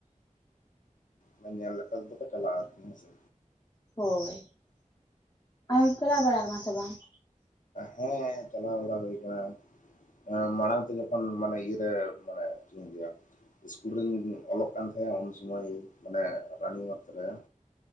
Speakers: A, on the left; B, on the left.
A: ᱦᱮ ᱧᱮᱞ ᱞᱮᱠᱷᱟᱱ ᱛᱚ ᱠᱚ ᱪᱟᱞᱟᱜ-ᱟ ᱦᱮᱸ ᱥᱮ
B: ᱦᱳᱭ ᱟᱢ-ᱮᱢ ᱪᱟᱞᱟᱣ ᱵᱟᱲᱟ ᱠᱟᱱᱟ ᱥᱮ ᱵᱟᱝ?
A: ᱦᱮᱸᱻ ᱪᱟᱞᱟᱣ ᱵᱟᱲᱟ ᱦᱩᱭ ᱠᱟᱱᱟ ᱟᱸ ᱢᱟᱲᱟᱝ ᱛᱮ ᱡᱚᱠᱷᱚᱱ ᱢᱟᱱᱮ ᱤᱭᱟᱹᱨᱮ ᱢᱟᱱᱮ ᱪᱮᱫ ᱤᱧ ᱞᱟᱹᱭ-ᱟ ᱤᱥᱠᱩᱞ ᱨᱤᱧ ᱚᱞᱚᱜ ᱠᱟᱱ ᱛᱮᱦᱮᱜ ᱩᱱ ᱥᱩᱢᱟᱹᱭ ᱚᱱᱮ ᱨᱟᱱᱤ ᱵᱟᱸᱛ ᱨᱮ